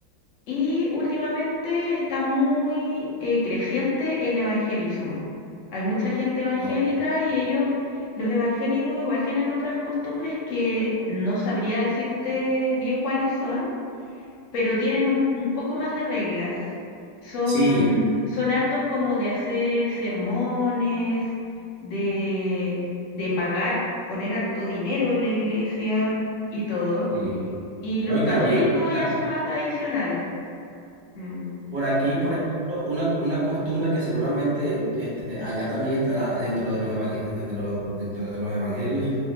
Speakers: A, on the left; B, on the right.
A: y últimamente está muy eh, creciente el evangelismo. Hay mucha gente evangélica
B: No,
A: y ellos, los evangélicos, igual tienen otras costumbres que no sabría decirte bien cuáles son, pero tienen un, un poco más de reglas. Son,
B: Sí.
A: son hartos como de hacer sermones, de, de pagar, poner harto dinero en la iglesia y todo.
B: Y...
A: Y los
B: ¿no? Y
A: católicos
B: también la-
A: ya son más tradicionales. Mm.
B: por aquí, por ejemplo, una, una costumbre que seguramente este, allá también estará dentro de los, evangel- de los- dentro de los evangelios,